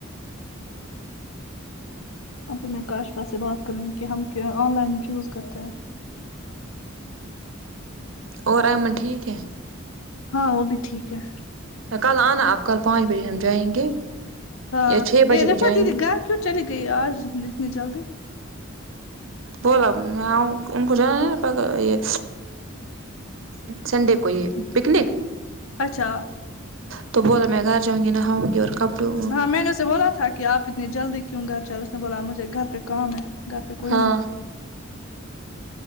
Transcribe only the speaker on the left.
ابھی میں کاشفا سے بات کروں گی کہ ہم آن لائن چوز کرتے ہیں
ہاں وہ بھی ٹھیک ہے
ہاں
یہ
دیکھو
دیدی
گھر کیوں چلی گئی آج اتنی جلدی
اچھا
ہاں میں نے اسے بولا تھا کہ آپ اتنی جلدی کیوں گھر جا رے اس نے بولا مجھے گھر پہ کام ہے گھر پہ کوئی
نہیں ہے